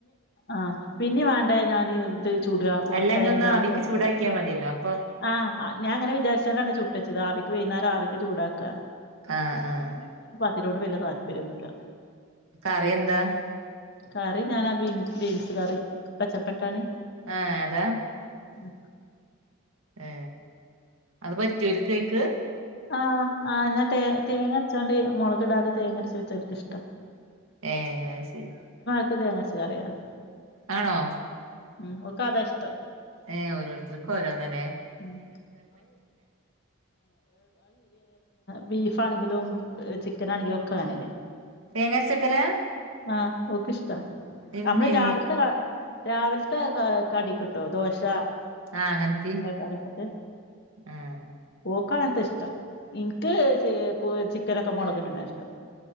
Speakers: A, on the left; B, on the right.
A: ആ പിന്നെ വേണ്ട ഞാന്. ചൂടുക കൊറച്ചായാലും
B: അല്ല ഇഞ്ഞ് ഒന്ന്
A: ഗ്യാസ്
B: ആവിക്ക്
A: കത്തി
B: ചൂടാക്കിയാ മതിയല്ലോ അപ്പം
A: ആ- ഞാങ്ങന വിചാരിച്ചാണ്ടാണ് ചുട്ടച്ചത് ആവിക്ക് വൈുന്നാർ ആവിക്ക് ചൂടാക്കാ.
B: ആഹ് ആഹ് -
A: തിനോട് വല താല്പര്യന്നുല്ല.
B: കറി എന്താ?
A: കറി ഞാനാ ബീൻ ബീൻസ് കറി പച്ചപ്പട്ടാണി.
B: ആഹ് അതാ.
A: മ്
B: ഏ അത് പറ്റോല്ക്ക് ക്കായിക്ക്?
A: ആഹ് ആ ഞാ തേ തേങ്ങ രച്ചാണ്ട് മുളക് ടാതെ തേങ്ങരച്ച വെച്ച ഓള്ക്കിഷ്ട്ട.
B: ഏ അത് ശരി.
A: ക്ക് തേങ്ങ അരച്ച കറിയ -
B: ആണോ?
A: മ്മ് ഊകത ഇഷ്ട്ടം.
B: ഏ ഓരോരുത്തർക്കും ഓരോന്നല്ല-
A: <unintelligible> ബീഫാണെങ്കിലും ചിക്കനാണെങ്കിലും ഒക്കെ അങ്ങനെന്നെ.
B: തേങ്ങരച്ചക്കലാ
A: ആഹ് ഓക്ക് ഇഷ്ടാ
B: ഇമ്മേ
A: നമ്മള് രാവിലത്തെ രാവിലത്തെ കടി കിട്ടോ ദോശ.
B: ആ അങ്ങനത്തി
A: അങ്ങനത്തക്കെ
B: ആഹ്
A: ഓ- ക്കളത്തെ ഇഷ്ടം ഇൻക്ക് ചെ കോഴി ചിക്കനൊക്കെ മുളക് ഇടുന്ന ഇഷ്ടം.